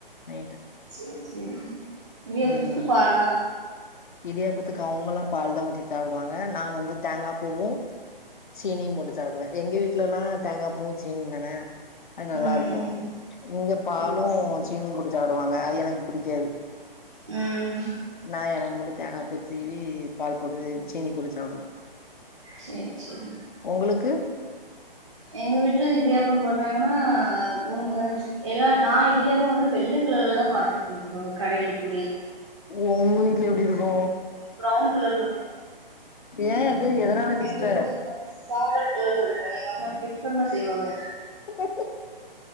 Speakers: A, on the left; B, on the right.
A: நைட்டு
B: சேரி சேரி இடியாப்பத்துக்கு
A: ம்
B: பாலா
A: இடியாப்பத்துக்கு அவங்கலா பால் தா ஊத்தி தாப்டுவாங்க நா வந்து தேங்காப்பூவு சீனியு போட்டு சாப்டுவே எங்க வீட்லல்லா தேங்காபூவு சீனியு தான அது நல்லாருக்கு
B: ம் ம்
A: இங்க பாலு
B: சேரி சேரி
A: சீனியு போட்டு சாப்டுவாங்க அது எனக்கு புடிக்காது
B: ம்
A: நா எனக்கு மட்டு தேங்காப்பூ சீவி பால் போட்டு சீனி போட்டு சாப்டுவே
B: சேரி சேரி
A: ஒங்களுக்கு
B: எங்க வீட்ல இடியாப்போ போட்டாங்கன்னா உங்க ஏன்னா நா இடியாப்போ வந்து வெள்ள கலர்லதா பாத்ருக்க பாத்துக்கோங்க கடைல புளி
A: உங்க வீட்ல எப்டிருக்கு
B: ப்ரவுன் கலர்ல இருக்கு
A: ஏ டே எதனால எந்துருஸ்ட்ட
B: எங்க வீட்ல ஒரு மாரி சாம்பல் கலர்லருக்கு எங்க அம்மா டிஃப்ரெண்டா செய்வாக
A: <inaudible>